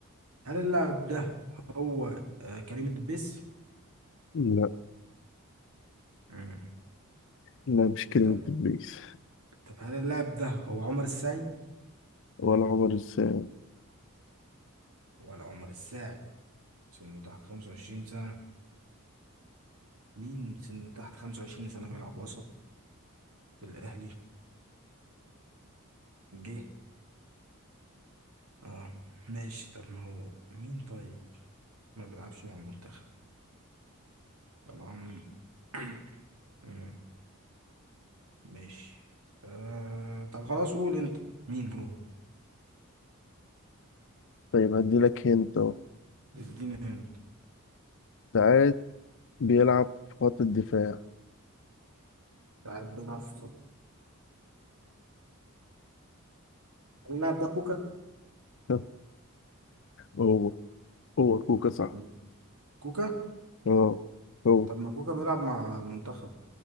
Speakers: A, on the right; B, on the left.
A: هل اللاعب ده هو آه، كريم الدبيس؟
B: لا
A: مم.
B: لا مش كلمة
A: طب
B: إبليس
A: طب هل اللاعب ده هو عمر السعي
B: ولا عمر السام
A: ولا عمر السعي سنه تحت 25 سنة مين سنه تحت 25 سنة بيلعب وسط في الأهلي وجه اه ماشي طب ما هو مين طيب ما بيلعبش مع المنتخب طبعا <clears throat> مم، ماشي آه طب خلاص قول انت مين هو
B: طيب هدي لك هنت أهو
A: اديني هنت
B: ساعات بيلعب في خط الدفاع
A: لاعب بيلعب في خط اللاعب ده كوكا
B: <laughs> هو هو كوكا صح
A: طب كوكا
B: اه هو
A: طب ما كوكا بيلعب مع المنتخب